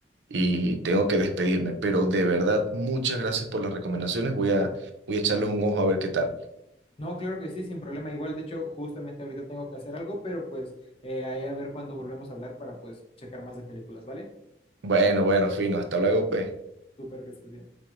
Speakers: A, on the right; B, on the left.
A: y tengo que despedirme, pero de verdad, muchas gracias por las recomendaciones, voy a, voy a echarles un ojo a ver qué tal.
B: No, claro que sí, sin problema. Igual, de hecho, justamente ahorita tengo que hacer algo, pero pues eh, ahí a ver cuando volvemos a hablar para pues checar más de películas, ¿vale?
A: Bueno, bueno, fino, hasta luego, pues.
B: Súper que estés bien.